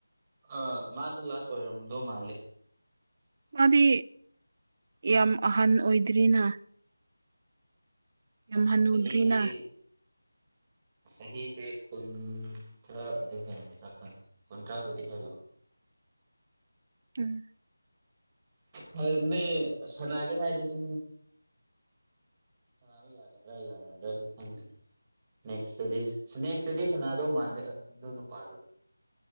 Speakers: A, on the right; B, on the right.
A: ꯑ ꯃꯥꯁꯨ ꯂꯥꯁ ꯑꯣꯏꯔꯝꯗꯧ ꯃꯥꯜꯂꯦ
B: ꯃꯥꯗꯤ ꯌꯥꯝ ꯑꯍꯟ ꯑꯣꯏꯗ꯭ꯔꯤꯅ ꯌꯥꯝ ꯍꯟꯅꯨꯗ꯭ꯔꯤꯅ
A: ꯆꯍꯤꯖꯤ ꯆꯍꯤꯁꯦ ꯀꯨꯟꯊ꯭ꯔꯥꯕꯨꯗꯤ ꯍꯦꯜꯒꯗ꯭ꯔꯥ ꯈ ꯀꯨꯟꯊ꯭ꯔꯥꯕꯨꯗꯤ ꯍꯦꯜꯂ
B: ꯎꯝ
A: ꯍ ꯅ ꯁꯅꯥꯒꯦ ꯍꯥꯏꯗꯤ ꯑꯗꯨ ꯁꯅꯥꯅꯕ ꯌꯥꯒꯗ꯭ꯔꯥ ꯌꯥꯒꯗ꯭ꯔꯥ ꯑꯗꯨ ꯈꯪꯗꯦ ꯅꯦꯛꯁꯇꯗꯤ ꯅꯦꯛꯁꯇꯗꯤ ꯁꯅꯥꯗꯧ ꯃꯥꯟꯗꯦ ꯑꯗꯨ ꯅꯨꯄꯥꯗꯣ